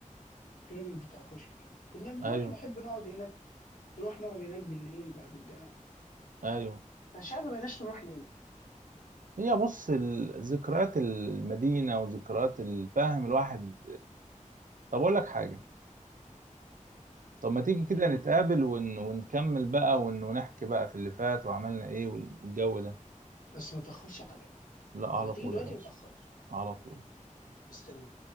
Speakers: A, on the left (about 80°); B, on the right (about 80°).
A: في راجل بتاع كشك كنا بنروح
B: ايوه
A: نحب نقعد هناك نروح نقعد هناك بالليل بعد الجامعة
B: ايوه
A: انا مش عارف ما بقيناش نروح ليه
B: هي بص ال- ذكريات المدينة وذكريات الفهم الواحد طب اقول لك حاجة طب ما تيجي كده
A: مم.
B: نتقابل ون... ونكمل بقى ون... ونحكي بقى في اللي فات وعملنا ايه وال- والجو ده
A: بس ما تأخرش عليا
B: لا
A: لو
B: على
A: هتيجي
B: طول
A: دلوقتي
B: يا باشا
A: ما تأخرش
B: على طول
A: مستني